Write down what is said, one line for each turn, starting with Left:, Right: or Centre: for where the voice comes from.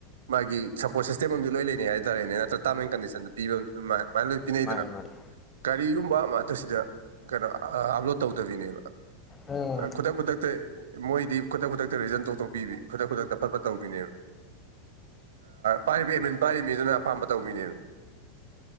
Right: ꯃꯥꯒꯤ ꯁꯞꯄꯣꯔꯠ ꯁꯤꯁꯇꯦꯝ ꯑꯃꯗꯤ ꯂꯣꯏ ꯂꯩꯅꯩ ꯍꯥꯏꯇꯥꯔꯦꯅꯦ ꯅꯠꯇ꯭ꯔ ꯇꯥꯔꯝ ꯑꯦꯟ ꯀꯟꯗꯤꯁꯟꯗ ꯄꯤꯕ ꯃꯌꯥꯝ ꯇꯤꯟꯩꯗꯅ
Left: ꯃꯥꯅꯦ ꯃꯥꯅꯦ
Right: ꯀꯔꯤꯒꯨꯝꯕ ꯑꯃꯇ ꯁꯤꯗ ꯀꯩꯅꯣ ꯑꯞꯂꯣꯗ ꯇꯧꯗꯕꯤꯅꯦꯕ
Left: ꯎꯝ
Right: ꯈꯨꯗꯛ ꯈꯨꯗꯛꯇ ꯃꯣꯏꯗꯤ ꯈꯨꯗꯛ ꯈꯨꯗꯛꯇ ꯔꯤꯖꯟ ꯇꯧꯊꯣꯛꯄꯤꯕꯤ ꯈꯨꯗꯛ ꯈꯨꯗꯛꯇ ꯐꯠꯄ ꯇꯧꯕꯤꯅꯦꯕ ꯄꯥꯏꯔꯤꯕ ꯑꯦꯃꯤꯟ ꯄꯥꯏꯔꯤꯕ ꯃꯤꯗꯨꯅ ꯑꯄꯥꯝꯕ ꯇꯧꯕꯤꯅꯦ